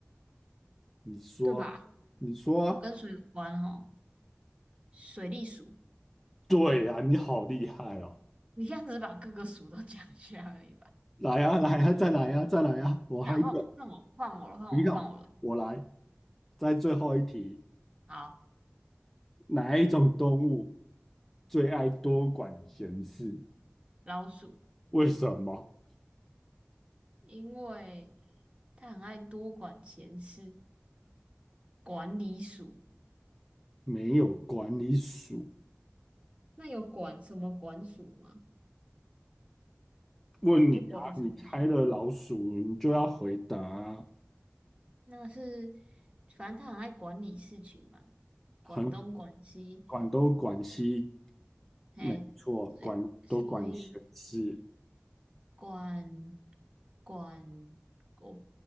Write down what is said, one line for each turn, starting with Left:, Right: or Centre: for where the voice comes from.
Centre: 你说啊你说啊
Right: 对吧？跟水有关哦。水利鼠，
Centre: 对呀、啊，你好厉害哦！
Right: 你这样子把各个鼠都讲一下而已吧。
Centre: 来呀、啊来呀、啊再来呀、再来呀、我还有，
Right: 然后换我，换我了，换我，
Centre: 不要，
Right: 换我了。
Centre: 我来。在最后一题，
Right: 好，
Centre: 哪一种动物最爱多管闲事？
Right: 老鼠，
Centre: 为什么？
Right: 因为它很爱多管闲事，管理鼠。
Centre: 没有管理鼠。
Right: 那有管什么管鼠吗？
Centre: 问你啊，
Right: 还是管什么书？
Centre: 你猜了老鼠，你就要回答啊
Right: 那是，反正他很爱管理事情嘛，
Centre: 很
Right: 管东管西，
Centre: 管东管西，
Right: 嘿，
Centre: 没错，
Right: 对，
Centre: 管多管闲事。
Right: 所以管管我